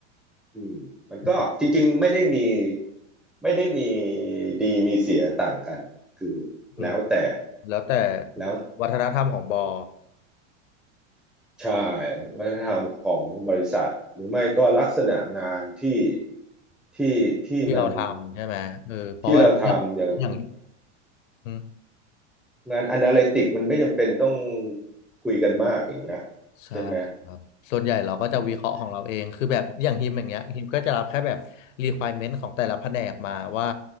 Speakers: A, in the centre; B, on the left.
A: อืมมันก็จริงๆไม่ได้มี
B: อืม
A: ไม่ได้มีดีมีเสียต่างกันคือแล้วแต่
B: อืม แล้วแต่
A: แล้ว
B: วัฒนธรรมของบอ
A: ใช่วัฒนธรรมของบริษัทหรือไม่ก็ลักษณะงานที่ที่ที่มัน
B: ที่เราทำใช่ไหมเออเพราะว่าอย่างอย่าง
A: ที่เราทำอย่าง
B: อืม
A: งานอนาลิติกมันไม่จำเป็นต้องคุยกันมากอย่างเงี้ย
B: ใช่ครับส่วนใหญ่เราก็จะวิเคราะห์ของเราเองคือแบบอย่างฮิมอย่างเงี้ยฮิมก็จะรับแค่แบบ
A: ใช่ไหมอืม
B: requirement ของแต่ละแผนกมาว่า